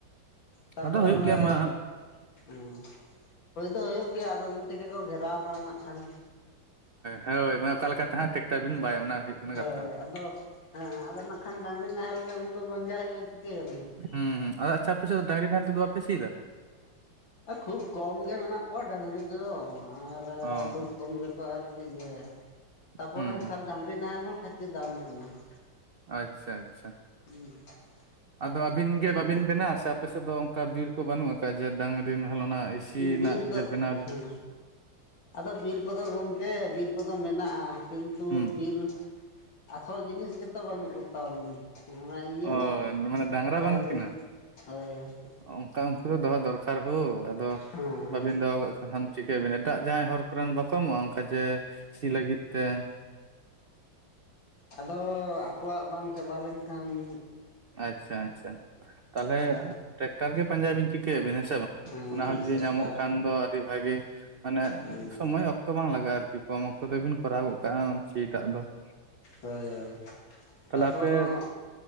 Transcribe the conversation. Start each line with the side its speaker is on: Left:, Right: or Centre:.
Left: ᱛᱟ
Right: ᱟᱫᱚ
Left: ᱯᱚᱨᱮ
Right: ᱦᱩᱭᱩᱜ ᱜᱮᱭᱟ ᱢᱟ
Left: ᱩᱸ ᱦᱩᱭᱳᱭ ᱫᱚ ᱦᱩᱭᱩᱜ ᱜᱮᱭᱟ ᱟᱫᱚ ᱩᱱ ᱛᱮᱜᱮ ᱠᱚ ᱜᱷᱮᱨᱟᱣ ᱠᱟᱱᱟ ᱱᱟᱜ ᱠᱷᱟᱱ ᱾
Right: ᱦᱳᱹᱭ ᱢᱟ ᱚᱠᱟ ᱞᱮᱠᱟᱛᱮ ᱦᱟᱸᱜ ᱴᱮᱠᱴᱟᱨ ᱵᱤᱱ ᱵᱟᱭ ᱚᱱᱟ ᱦᱩᱭᱩᱜ ᱠᱟᱱᱟ
Left: ᱦᱳᱹᱭ
Right: ᱠᱟᱛᱷᱟ
Left: ᱟᱫᱚ ᱦᱮᱸ ᱟᱫᱚ ᱱᱟᱜ ᱠᱷᱟᱱ ᱰᱟᱹᱟᱝᱨᱤ ᱱᱟᱦᱮᱞ ᱜᱮ ᱩᱱ ᱫᱚ ᱯᱟᱸᱡᱟ ᱦᱩᱸᱭᱩᱜᱼᱟ ᱪᱤᱠᱟᱹᱭᱟᱵᱤᱱ ᱾
Right: ᱦᱩᱸ ᱟᱪᱷᱟ ᱟᱯᱮᱫ ᱫᱚ ᱰᱟᱝᱨᱤ ᱱᱟᱦᱮᱞ ᱛᱮᱫ ᱵᱟᱯᱮ ᱥᱤᱫᱟ?
Left: ᱠᱷᱩᱵ ᱠᱚᱢ ᱜᱮ ᱢᱮᱱᱟᱜ ᱠᱚᱣᱟ ᱰᱟᱹᱝᱨᱤ ᱠᱚ ᱫᱚ ᱟᱨ
Right: ᱚ
Left: ᱠᱷᱩᱵ ᱠᱚᱢ ᱜᱮᱠᱚ ᱟᱨᱠᱤ ᱤᱭᱟᱹᱭᱟ ᱛᱟᱨᱯᱚᱨ
Right: ᱦᱩᱸ
Left: ᱦᱟᱸᱥᱟᱨ
Right: ᱦᱩᱸ
Left: ᱰᱟᱝᱨᱤ ᱱᱟᱦᱮᱞ ᱦᱚᱸ ᱠᱷᱟᱪᱮ ᱫᱟᱢ ᱠᱟᱱᱟ ᱾
Right: ᱟᱪᱪᱷᱟ ᱪᱷᱟ ᱾
Left: ᱦᱩᱸ ᱾
Right: ᱟᱫᱚ ᱟᱹᱵᱤᱱ ᱜᱮ ᱵᱟᱵᱤᱱ ᱵᱮᱱᱟᱜᱼᱟ ᱥᱮ ᱟᱯᱮ ᱥᱮᱫ ᱫᱚ ᱚᱱᱠᱟ ᱵᱤᱨ ᱠᱚ ᱵᱟᱹᱱᱩᱜ ᱟᱠᱟᱫ ᱡᱮ ᱰᱟᱝᱨᱤ ᱱᱟᱦᱮᱞ ᱚᱱᱟ ᱮᱹᱥᱤ ᱨᱮᱱᱟᱜ
Left: ᱵᱤᱨ ᱠᱚ
Right: ᱡᱮ ᱵᱮᱱᱟᱣ ᱵᱮ
Left: ᱦᱮᱸ ᱟᱫᱚ ᱵᱤᱨ ᱠᱚᱫᱚ ᱜᱚᱢᱠᱮ ᱵᱤᱨ ᱠᱚᱫᱚ ᱢᱮᱱᱟᱜᱼᱟ, ᱠᱤᱱᱛᱩ
Right: ᱦᱩᱸ
Left: ᱵᱤᱨ ᱟᱥᱚᱞ ᱡᱤᱱᱤᱥ ᱜᱮᱛᱚ ᱵᱟᱹᱱᱩᱜ ᱠᱚᱛᱟ ᱵᱚᱱ ᱾ ᱚᱱᱟ ᱤᱭᱟᱹ
Right: ᱚ ᱢᱟᱱᱮ ᱰᱟᱝᱨᱟ
Left: ᱰᱟᱹᱝᱨᱤ
Right: ᱵᱟᱹᱱᱩᱜ ᱠᱤᱱᱟᱹ
Left: ᱦᱳᱹᱭ ᱦᱳᱹᱭ ᱾
Right: ᱚᱱᱠᱟ ᱩᱱᱠᱩ ᱫᱚ ᱫᱚᱦᱚ ᱫᱚᱨᱠᱟᱨ ᱦᱳ ᱟᱫᱚ
Left: ᱦᱮᱸ
Right: ᱵᱟᱟᱹᱵᱤᱱ ᱫᱚᱦᱚ ᱠᱟᱜ ᱠᱚ ᱠᱷᱟᱱ ᱪᱤᱠᱟᱹᱭᱵᱤᱱ ᱮᱴᱟᱜ ᱡᱟᱦᱟᱸᱭ ᱦᱚᱲ ᱠᱚᱨᱮᱱ ᱵᱟᱠᱚ ᱮᱢᱚᱜᱼᱟ ᱚᱱᱠᱟ ᱡᱮ ᱥᱤ ᱞᱟᱹᱜᱤᱫ ᱛᱮ᱾
Left: ᱟᱫᱚ ᱟᱠᱚᱣᱟᱜ ᱵᱟᱝ ᱪᱟᱵᱟ ᱞᱮᱱ ᱠᱷᱟᱱ ᱾
Right: ᱟᱪᱪᱷᱟ ᱟᱪᱪᱷᱟ ᱛᱟᱦᱚᱞᱮ
Left: ᱠᱟᱱᱟ
Right: ᱴᱮᱠᱴᱟᱨ ᱜᱮ ᱯᱟᱸᱡᱟᱭ ᱵᱤᱱ ᱪᱤᱠᱟᱹᱭᱟᱵᱤᱱ ᱦᱮᱸ ᱥᱮ ᱵᱟᱝ
Left: ᱦᱮᱸ
Right: ᱾ ᱚᱱᱟᱦᱚᱸ ᱡᱩᱫᱤ
Left: ᱴᱮᱠᱴᱟᱨ
Right: ᱧᱟᱢᱚᱜ ᱠᱷᱟᱱ ᱫᱚ ᱟᱹᱰᱤ ᱵᱷᱟᱹᱜᱮ ᱢᱟᱱᱮ
Left: ᱦᱮᱸ
Right: ᱥᱚᱢᱚᱭ ᱚᱠ ᱛᱚ ᱵᱟᱝ ᱞᱟᱜᱟᱜᱼᱟ, ᱟᱨᱠᱤ ᱠᱚᱢ ᱚᱠᱛᱚ ᱫᱚ ᱵᱤᱱ ᱠᱚᱨᱟᱣ ᱜᱚᱜ ᱠᱟᱜᱼᱟ ᱥᱤᱴᱟᱜ ᱫᱚ ᱾
Left: ᱦᱳᱹᱭ ᱦᱳᱹᱭ ᱛᱟᱯᱚᱨ
Right: ᱟᱯᱮ
Left: ᱚᱸᱜ